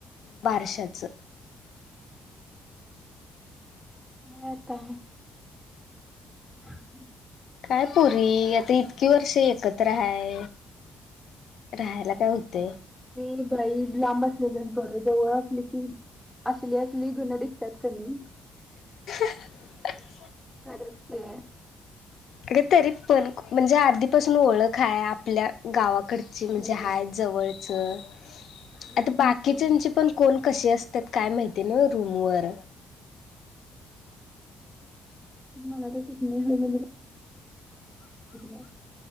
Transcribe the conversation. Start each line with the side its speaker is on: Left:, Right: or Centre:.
Left: बारशाचं.
Centre: काय आता <inaudible>
Left: काय पोरी आता इतकी वर्ष एकत्र हाय. राहायला
Centre: हम्म
Left: काय होतय.
Centre: तेर बाई इ लांब असलेलंच बरं. जवळ असली कि असली असली गुणं दिसत्यात कनी
Left: <unintelligible>
Centre: खरंच की.
Left: अगं तरी पण म्हणजे आधीपासून ओळख हाय. आपल्या गावा कडची
Centre: हम्म.
Left: म्हणजे हय जवळचं.
Centre: नाही
Left: आता बाकीच्यांची
Centre: तेच ना.
Left: पण कोण कशी असत्यात काय माहिती ना रूमवर.
Centre: मला तर तीतनं <inaudible>